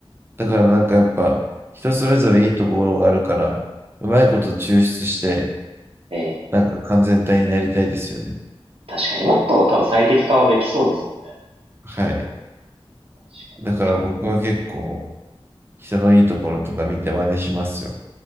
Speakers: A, on the right; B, on the right.
A: だからなんかやっぱ、人それぞれいいところがあるから、うまいこと抽出して、
B: ええ、
A: なんか完全体になりたいですよね。
B: 確かにもっと多分最適化はできそうですよね。
A: はい。
B: 確かに、
A: だから僕は結構、
B: 確かに。
A: 人のいいところとか見て真似しますよ。